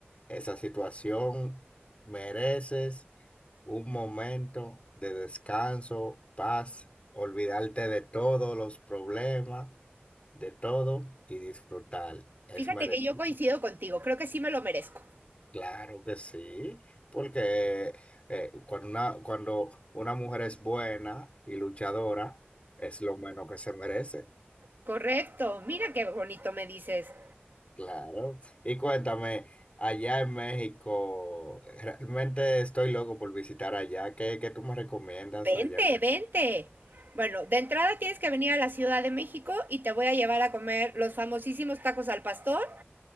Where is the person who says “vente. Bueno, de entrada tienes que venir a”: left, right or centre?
Right